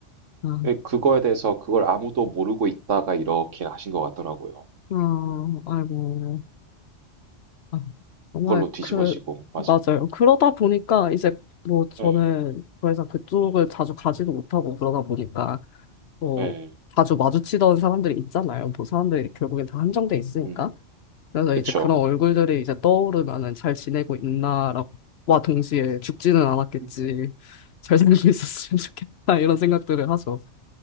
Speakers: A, on the left; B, on the right.
A: 아,
B: 근데 그거에 대해서 그걸 아무도 모르고 있다가 이렇게 하신 것 같더라고요.
A: 아, 아이고. 아, 정말
B: 그걸로 뒤집어지고
A: 그,
B: 맞아.
A: 맞아요. 그러다 보니까 이제 뭐 저는
B: 예,
A: 더 이상 그쪽을 자주 가지도 못하고 그러다 보니까 뭐
B: 예,
A: 자주 마주치던 사람들이 있잖아요. 뭐 사람들이 결국엔 다 한정돼 있으니까.
B: 음,
A: 그래서
B: 그쵸.
A: 이제 그런 얼굴들이 이제 떠오르면은 잘 지내고 있나라고, 와 동시에 죽지는 않았겠지.
B: 예.
A: 잘 살고 있었으면 좋겠다. 이런 생각들을 하죠.